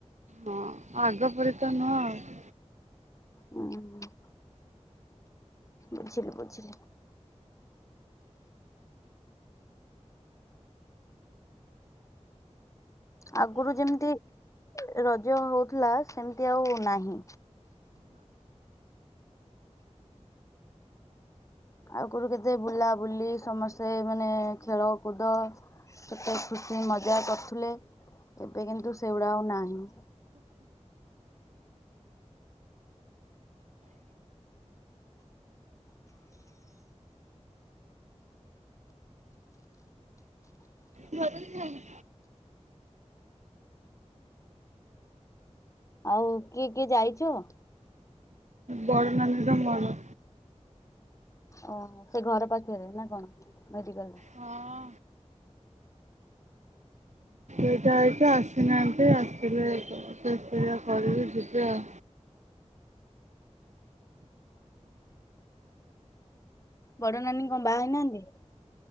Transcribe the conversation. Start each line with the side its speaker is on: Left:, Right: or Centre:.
Right: ହଁ ଆଗ ପରି ତ ନୁହଁ ଆଉ।
Left: ହୁଁ, ହୁଁ। ବୁଝିଲି ବୁଝିଲି। ଆଗରୁ ଯେମିତି ରଜ ହଉଥିଲା। ସେମିତି ଆଉ ନାହିଁ। ଆଗରୁ କେତେ ବୁଲାବୁଲି ସମସ୍ତେ ମାନେ ଖେଳ କୁଦ କେତେ ଖୁସି ମଜା କରୁଥିଲେ। ଏବେ କିନ୍ତୁ ସେଉଡା ଆଉ ନାହିଁ।
Right: ଝଇଲି ଝାଉଁ।
Left: ଉ କିଏ କିଏ ଯାଇଚ?
Right: ବଡ଼ ନାନିର ମୋର।
Left: ଅ ହୋ ସେ ଘର ପାଖରେ ନା କଣ? ମେଡିକାଲରେ।
Right: ହଁ ଏଇଟା ଏଇଟା ଆସିନାହାନ୍ତି ଆସିବେଦେବେ କରିବି ଯିବେ ଆଉ।
Left: ବଡ଼ ନାନୀଙ୍କ ବାହା ହେଇନାହାନ୍ତି?